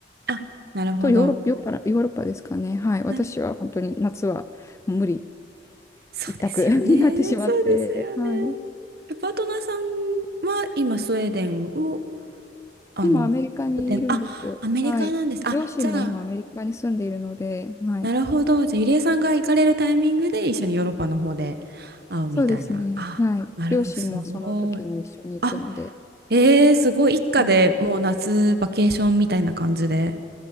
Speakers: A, on the right; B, on the left.
A: あ、なるほど。
B: とヨーロッパ、ヨーロッパヨーロッパですかね。はい。私は本当に夏はもう無理
A: なるそうですよね。
B: 一択 <laughs> になってしまって、
A: そうですよね。
B: はい。
A: えパートナーさんは今スウェーデンをあの拠点あアメリカなんですあじゃあ
B: 今、アメリカにいるんです。はい。両親も今、アメリカに住んでいるので、はい。
A: なるほどじゃあゆりえさんが行かれるタイミングで一緒にヨーロッパの方で会うみたいなあなるほどすごい
B: そうですね。はい。両親もその時に一緒に行くので。
A: あえー、すごい。一家でもう夏バケーションみたいな感じで、
B: はい。